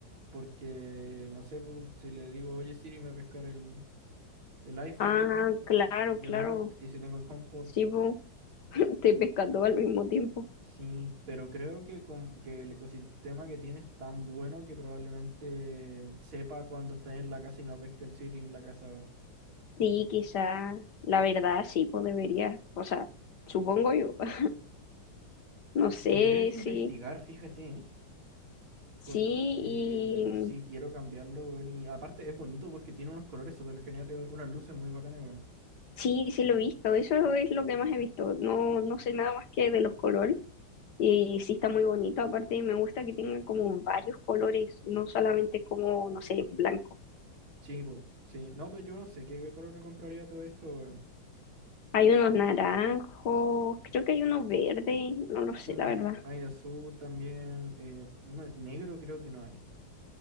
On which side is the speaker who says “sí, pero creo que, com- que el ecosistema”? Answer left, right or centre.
Right